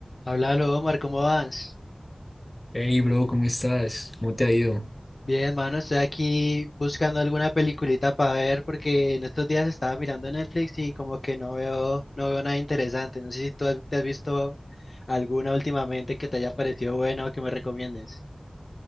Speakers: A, on the left (about 70°); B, on the left (about 35°).
A: Háblalo, Omar, ¿cómo vas?
B: Hey, bro, ¿cómo estás? ¿Cómo te ha ido?
A: Bien, mano, estoy aquí buscando alguna peliculita para ver porque en estos días estaba mirando Netflix y como que no veo, no veo nada interesante. No sé si tú has- te has visto alguna últimamente que te haya parecido buena o que me recomiendes.